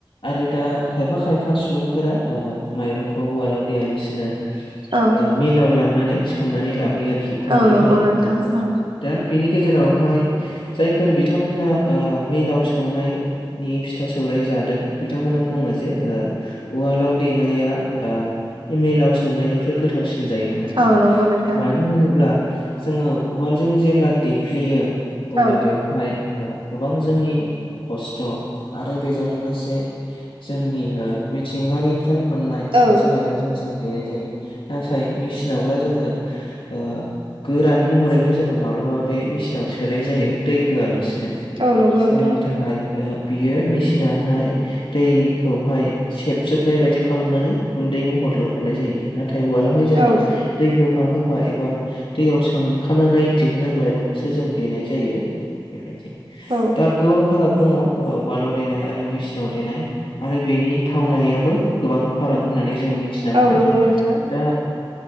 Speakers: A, on the left; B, on the right.
A: आरो दा खायफा खायफा सुबुंफोरा ओ माइरंखौ उवालाव देयालासिनो
B: औ
A: ओ मिलाव लांनानै सौनानै लाबोयो आरोखि गुन्दै
B: औ नंगौ
A: खालामनानै
B: नोंथां औ
A: दा बिनि गेजेरावहाय जायफोर बिथांमोना ओ मिलाव सौनायनि फिथा सौराय जादों बिथांमोनहा बुङो जे ओ उवालाव देनाया ओ मिलाव सौनायनिख्रुइ गोथावसिन होनजायो होननानै
B: औ नंगौ नोंथां
A: मानो होनोब्ला जोङो उवालजों जेब्ला देफ्लेयो अब्ला
B: औ
A: बेवहाय ओ गोबां जोंनि खस्थ' आरो बेजों लोगोसे जोंनि मिथिंगानि फ्राय मोननाय
B: औ
A: आइजें आयलाजों जों देनाय जायो। नाथाय मेसिनावब्ला जोङो आ गोरान महरैनो जोङो माब्लाबा बे मेसिनाव सोनाय जायो दै होआलासिनो।
B: औ नंगौ नोंथां
A: जायनि थाखाय ओ बियो मेसिनाहाय दैखौहाय सेबजोबनाय बायदि खालामनानै गुन्दै महरल' हरनाय जायो। नाथाय उवालावहाय जोङो
B: औ
A: दै होफा होफा एबा दैयाव सोमखानानै दिहुननाय माइरं खौसो जों देनाय जायो बेबायदि।
B: औ
A: दा गोबां फाराग दङ ओ उवालाव देनाय आरो मेसिनाव देनाय आरो बेनि थावनायाबो गोबां फाराग होननानै जोङो मिथिना मोनो।
B: औ नंगौ नोंथां
A: दा